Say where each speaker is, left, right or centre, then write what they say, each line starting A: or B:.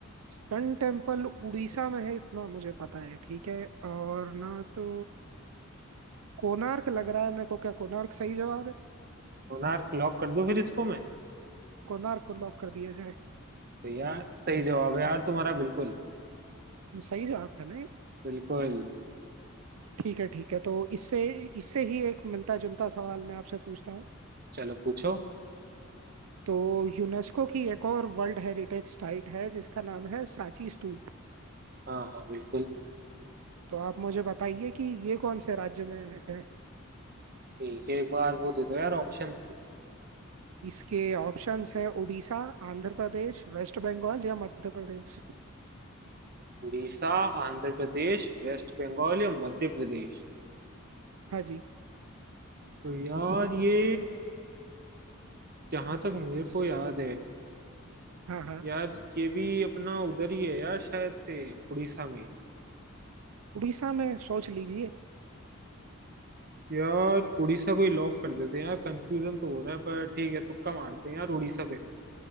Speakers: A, on the right (about 90°); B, on the right (about 45°).
A: सन टेम्पल उड़ीसा में है इतना मुझे पता है ठीक है और ना तो कोणार्क लग रहा है मेरे को क्या कोणार्क सही जवाब है
B: कोणार्क लॉक कर दूं फिर इसको मैं
A: कोणार्क को लॉक कर दिया जाए
B: तो यार सही जवाब है यार तुम्हारा बिल्कुल
A: सही जवाब था ना
B: बिल्कुल
A: ठीक है ठीक है तो इससे इससे ही एक मिलता जुलता सवाल मैं आपसे पूछता हूँ
B: चलो पूछो
A: तो यूनेस्को की एक और वर्ल्ड हेरिटेज साइट है जिसका नाम है सांची स्तूप
B: हाँ हाँ बिल्कुल
A: तो आप मुझे बताइए कि ये कौन से राज्य में है
B: ठीक है एक बार वो दे दो यार ऑप्शन
A: इसके ऑप्शंस है उड़ीसा आंध्र प्रदेश वेस्ट बंगाल या मध्य प्रदेश
B: उड़ीसा आंध्र प्रदेश वेस्ट बंगाल या मध्य प्रदेश
A: हाँ जी
B: तो यार ये जहां तक मेरे
A: स-
B: को याद है
A: हाँ हाँ
B: यार ये भी अपना उधर ही है यार शायद से उड़ीसा में ही।
A: उड़ीसा में सोच लीजिए
B: यार उड़ीसा को ही लॉक कर देते हैं यार कंफ्यूजन तो हो रहा है पर ठीक है तुक्का मारते हैं यार उड़ीसा पे